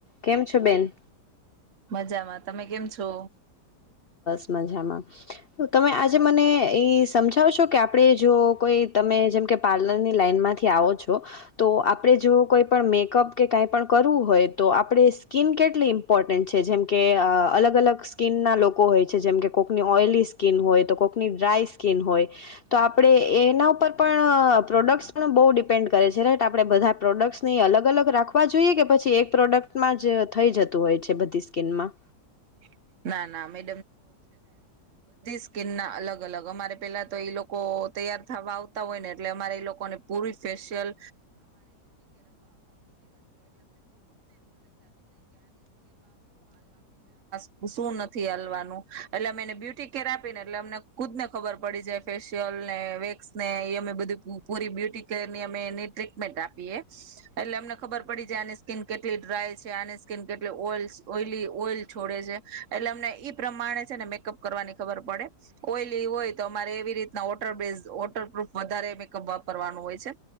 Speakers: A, on the left; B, on the right.
A: કેમ છો બેન?
B: મજામાં તમે કેમ છો
A: મામાં તમે આજે મને એ સમજાવ છો કે આપણે જો, કોઈ તમે જેમ કે પાર્લરની લાઈન માંથી આવો છો તો, આપણે જો કોઈ પણ મેકઅપ કે કાંઈ પણ કરવું હોય તો આપણે સ્કીિન કેટલી ઇમ્પોર્ટન્ટ છે. જેમ કે અલગ અલગ સ્કીિનના લોકો લોકો હોય છે. જેમ કે, કોકની ઓઈલી સ્કીિન હોય તો કોકની ડ્રાય સ્કીિન હોય તો આપણે એના ઉપર પણ પ્રોડક્ટસ પણ બહુ ડિપેન્ડ કરે છે. રાઈટ આપણે બધા પ્રોડક્ટ્સની અલગ અલગ રાખવા જોઈએ કે પછી એક પ્રોડક્ટમાં જ થઈ જતું હોય છે બધી સ્કીનમાં
B: <inaudible> ના નામે સ્કીન ના અલગ અલગ અમારે પહેલા તો એ લોકો તૈયાર થવા આવતા હોય ના અલગ અલગ અમારે પહેલા તો એ લોકો તૈયાર થવા આવતા હોય ને એટલે અમારે લોકોને પૂરી સ્પેશિયલ શું નથી, હાલવાનું એટલે અમે એને બ્યુટી કેર આપીને એટલે અમને ખુદ ને ખબર પડી છેાય ફેશિયલ ને વેક્સ ને એ અમે બધી પૂરી બ્યુટી કેર ની અમે એની, ટ્રીટમેન્ટ આપીએ એટલે અમને ખબર પડી છેાય આની સ્કીિન કેટલી ડ્રાય છે આની સ્કીિન કેટલી ઓ ઓઈલી ઓઈલ છોડે છે. એટલે અમને ઈ પ્રમાણે છે ને મેકઅપ કરવાની ખબર પડે ઓઈલી હોય તો અમારે એવી રીતના વોટર બેઝ વોટરપૂફ વધારે મેકઅપ વાપરવાનું હોય છે